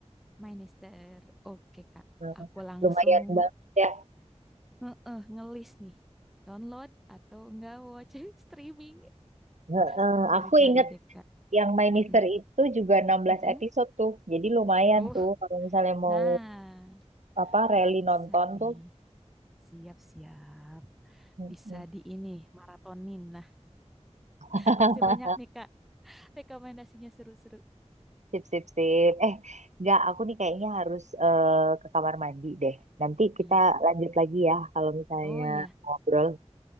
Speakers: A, in the centre; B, on the right.
A: My Nester. Oke Kak,
B: Nah,
A: aku langsung
B: Lumayan banget ya.
A: nge ngelis nih. Download atau enggak watch <laughs> streaming.
B: Heeh,
A: Ntar cari-cari
B: Aku ingat
A: deh Kak.
B: Yang My
A: Mm-mm.
B: Mister itu juga 16
A: Mm-mm.
B: episode tuh. Jadi lumayan
A: Uh,
B: tuh kalau misalnya
A: nah,
B: mau apa rally
A: bisa
B: nonton
A: nih.
B: tuh.
A: Siap-siap.
B: Mm-mm.
A: Bisa di ini, maratonin. Nah,
B: <laughs>
A: makasih banyak nih, Kak. Rekomendasinya seru-seru.
B: Sip, sip, sip. Eh, nggak aku nih
A: Mm-mm.
B: kayaknya harus eh, ke kamar mandi deh. Nanti kita
A: Iya.
B: lanjut lagi ya kalau misalnya
A: Oh iya,
B: ngobrol